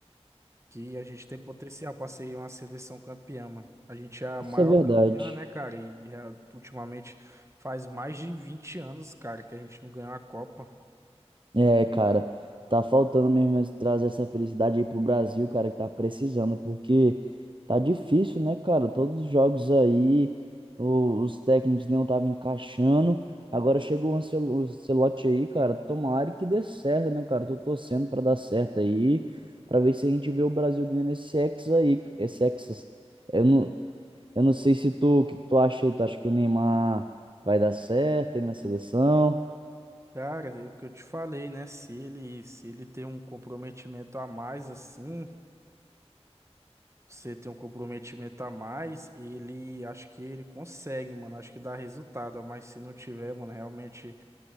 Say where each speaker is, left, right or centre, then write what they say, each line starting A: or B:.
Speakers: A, on the right; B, on the right.
A: que a gente tem potencial pra ser uma seleção campeã, mano. A gente é a
B: Isso
A: maior
B: é verdade.
A: campeã, né, cara? E é, ultimamente faz mais de 20 anos, cara, que a gente não ganhou a Copa.
B: É, cara, tá faltando mesmo esse- trazer essa felicidade aí pro Brasil, cara, que tá precisando, porque tá difícil, né, cara? Todos os jogos aí, o- os técnicos não estavam encaixando. Agora chegou o Ancel- o Ancelotti aí, cara. Tomara que dê certo, né, cara? Tô torcendo pra dar certo aí, pra ver se a gente vê o Brasil ganhando esse Hexa aí, esse Hexas. Eu não, eu não sei se tu, o que que tu acha aí? Tu acha que o Neymar vai dar certo aí na seleção?
A: Cara, é o que eu te falei, né? Se ele, se ele tem um comprometimento a mais assim, você tem um comprometimento a mais, ele acho que ele consegue, mano. Acho que dá resultado, mas se não tiver, mano, realmente.